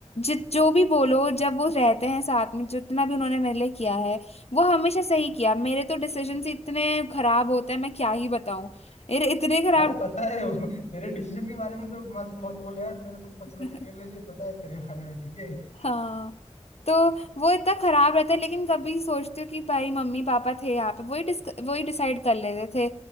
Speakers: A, on the left; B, on the left.
A: जित जो भी बोलो जब वो रहते हैं साथ में जितना भी उन्होंने मेरे लिए किया है वो हमेशा सही किया मेरे तो डिसीजन इतने खराब होते हैं मैं क्या ही बताऊं मेरे इतने खराब
B: अरे पता है वो तेरे डिसीजन के बारे में तो मत मत बोले यार मेरे को मतलब
A: <laughs>
B: पहले से पता है तेरे बारे में ठीक है
A: हाँ तो वो इतना खराब रहता है लेकिन कभी सोचती हूँ कि भाई मम्मी पापा थे यहाँ पे वही डिस्क वही डिसाइड कर लेते थे